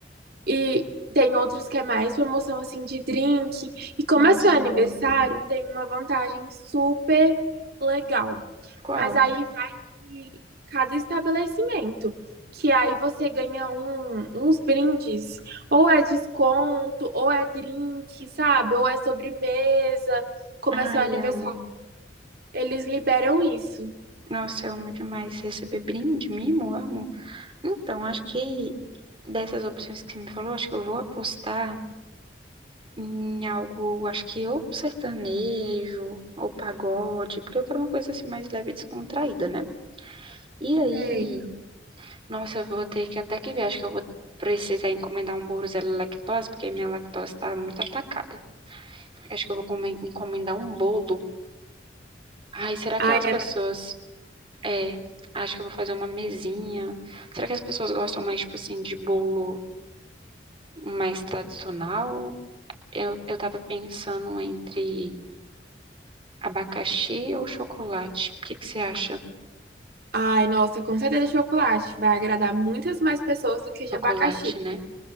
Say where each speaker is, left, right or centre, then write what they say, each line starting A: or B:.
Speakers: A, on the right; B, on the right.
A: E tem outros que é mais promoção assim de drink. E como
B: Nossa,
A: é seu aniversário,
B: amo.
A: tem uma vantagem super legal.
B: Qual?
A: Mas aí vai de cada estabelecimento, que aí você ganha um, uns brindes, ou é desconto, ou é drink, sabe? Ou é sobremesa. Como é
B: Ai,
A: seu aniversário,
B: amo.
A: eles liberam isso.
B: Nossa, eu amo demais receber brinde, mimo, amo. Então, acho que dessas opções que você me falou, acho que eu vou apostar em algo, acho que ou sertanejo, ou pagode, porque eu quero uma coisa assim mais leve e descontraída, né? E aí,
A: Sei.
B: nossa, eu vou ter que até que ver, acho que eu vou precisar encomendar um bolo zero lactose, porque minha lactose tá muito atacada. Acho que eu vou come- encomendar um bolo Ai, será
A: Ai,
B: que as
A: é-
B: pessoas. É, acho que eu vou fazer uma mesinha. Será que as pessoas gostam mais, tipo assim, de bolo mais tradicional? Eu, eu tava pensando entre abacaxi ou chocolate. O que que você acha?
A: ai, nossa, com certeza chocolate. Vai agradar muitas mais pessoas do que de
B: Chocolate,
A: abacaxi.
B: né?